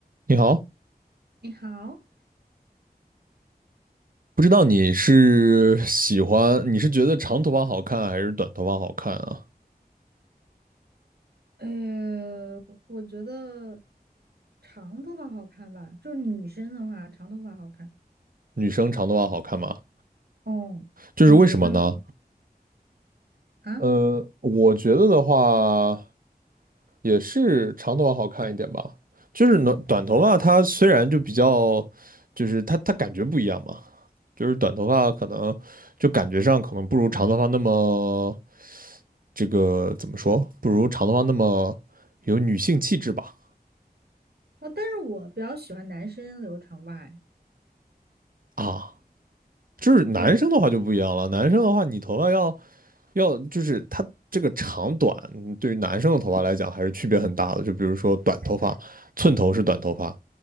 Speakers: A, on the right; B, on the right.
A: 你好，
B: 你好，
A: 不知道你是喜欢，你是觉得长头发好看还是短头发好看啊？
B: 呃，我觉得长头发好看吧，就是女生的话，长头发好看。
A: 女生长头发好看吗？
B: 哦，
A: 就是为什么呢？
B: 你觉得呢？啊，
A: 呃，我觉得的话也是长头发好看一点吧。就是短短头发，它虽然就比较，就是它它感觉不一样嘛。就是短头发可能就感觉上可能不如长头发那么这个怎么说？不如长头发那么有女性气质吧？
B: 哦，但是我比较喜欢男生留长发，哎，
A: 啊。就是男生的话就不一样了，
B: 对，
A: 男生的话你头发要要就是他这个长短，嗯对于男生的头发来讲还是区别很大的。就比如说短头发，寸头是短头发，